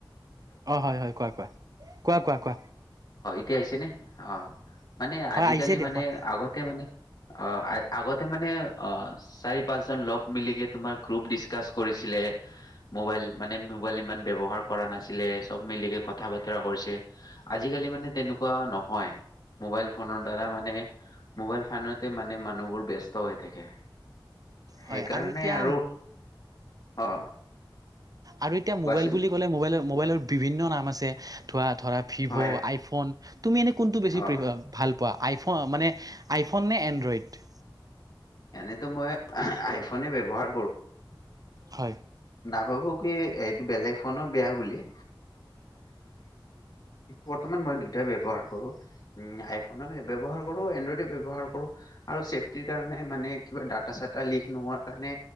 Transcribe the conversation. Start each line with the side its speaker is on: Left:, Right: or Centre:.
Right: অ হয় হয় কোৱা কোৱা কোৱা কোৱা কোৱা
Left: এতি হৈছে নে অ মানে
Right: হয়
Left: আজিকালি
Right: আহিছে দিয়া
Left: মানে
Right: কোৱা
Left: আগতে মানে অ আগতে মানে অ চাৰি পাঁচ জন লগ মিলি কিনে তোমাৰ গ্ৰুপ ডিচকাছ কৰিছিলে মোবাইল মানে মোবাইল ইমান ব্য্ৱহাৰ কৰা নাছিলে চব মিলিকে কথা বতৰা কৰিছে আজিকালি মানে তেনেক নহয় মো ফোনৰ দ্বাৰা মানে মোবাইল ফোনতে মানে মানুহবোৰ ব্যস্ত হৈ থাকে সেইকাৰণে
Right: হয় এতিয়া
Left: আৰু অ
Right: আৰু এতিয়া
Left: কোৱাচোন
Right: মোবাইল বুলি ক'লে মোবাইল মোবাইলৰ বিভিন্ন নাম আছে ধৰা ধৰা ভিভ'
Left: হয়
Right: আইফোন তুমি এনে কোনটো বেছি
Left: অ
Right: প্ৰ ভাল পোৱা আইফ মানে আইফোন নে এণ্ড্ৰইড
Left: এনেতো মই আইফোনে ব্যৱহাৰ
Right: হয়
Left: ভ কিলেগ ফইই বৰ্তমান মই দুই তাই ব্যৱহাৰ কৰো উ আইফোন টো ব্যৱহাৰ কৰো এণ্ড্ৰইড উ ব্যৱহাৰ কৰো কৰো আৰু চেফটিৰ কাৰণে মানে কিবা ডাটা চাটা লিক নোহোৱাৰ কাৰণে